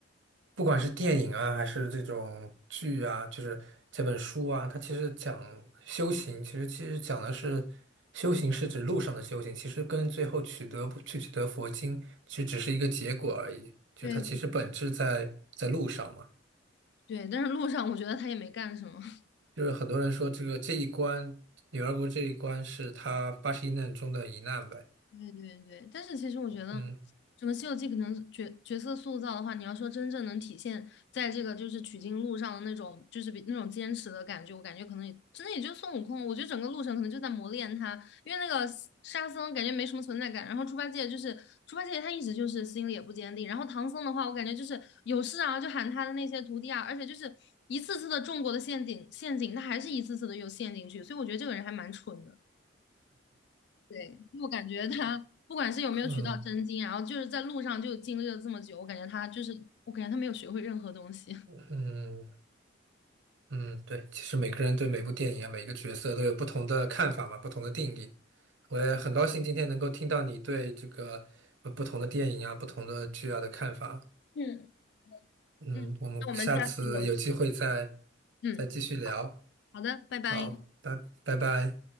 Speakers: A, on the right (about 70°); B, on the left (about 60°).
A: 不管是电影啊，还是这种剧啊，就是这本书啊，它其实讲修行，其实其实讲的是修行是指路上的修行，其实跟最后取得不去取得佛经，其实只是一个结果而已，就是它其实本质在在路上嘛。
B: 对。对，但是路上我觉得他也没干什么。<laughs>
A: 就是很多人说这个这一关，女儿国这一关是他八十一难中的一难呗。
B: 对对对，但是其实我觉得
A: 嗯
B: 整个《西游记》可能角角色塑造的话，你要说真正能体现在这个就是取经路上的那种，就是比那种坚持的感觉，我感觉可能也真的也就孙悟空。我觉得整个路程可能就在磨练他，因为那个沙僧感觉没什么存在感，然后猪八戒就是猪八戒他一直就是心里也不坚定，然后唐僧的话，我感觉就是有事啊就喊他的那些徒弟啊，而且就是一次次的中过的陷阱陷阱，他还是一次次的又陷进去，所以我觉得这个人还蛮蠢的。对，我感觉他不管是有没有取到真经，
A: 嗯
B: 然后就是在路上就经历了这么久，我感觉他就是，我感觉他没有学会任何东西。<laughs>
A: 嗯，嗯，对，其实每个人对每部电影啊，每个角色都有不同的看法嘛，不同的定义。我也很高兴今天能够听到你对这个呃不同的电影啊、不同的剧啊的看法。
B: 嗯
A: 嗯，
B: 嗯，那我们下次有，
A: 我们下次有机会再
B: 嗯，
A: 再继续聊。
B: 好的，拜拜。
A: 好，拜拜拜。